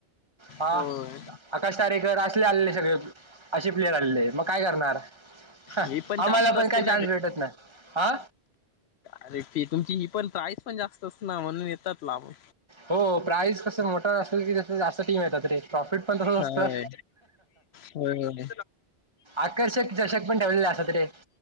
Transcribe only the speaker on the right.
हा
आकाश तारेकर असले आलेले सगळे अशे प्लेयर आलेले मग काय करणार. आम्हाला
काय चान्स भेटत नाय आ
हो प्राईज कसं मोठ असेल की जास्त टीम येतात. प्रॉफिट पण तसच
असतं.
आकर्षक चषक पण ठेवलेलं असतात तिथे,